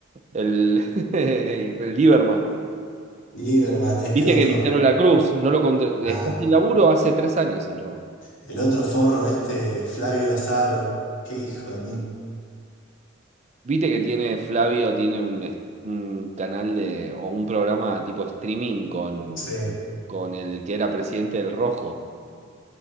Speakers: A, on the right; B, on the left.
A: El, <laughs> el Lieberman.
B: Lieberman, este
A: Viste
B: otro,
A: que Cristiano La Cruz no lo contra-
B: ah,
A: está sin laburo hace tres años el chavo.
B: el otro forro, este Flavio Azaro. Qué hijo de mil.
A: Viste que tiene Flavio, tiene un, es- un canal de, o un programa tipo streaming con,
B: Sí.
A: con el que era presidente del Rojo,